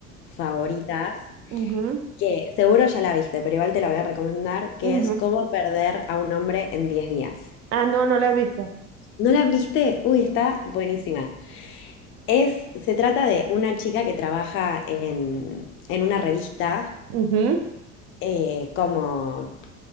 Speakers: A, on the left (about 35°); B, on the right (about 40°).
A: favoritas,
B: Ujú,
A: que seguro ya la viste, pero igual te la voy a recomendar, que
B: ujú, ujú.
A: es Cómo perder a un hombre en diez días.
B: Ah, no, no la he visto.
A: ¿No la viste? Uy,
B: No.
A: está buenísima. Es, se trata de una chica que trabaja en, en una revista
B: Ujú,
A: eh, como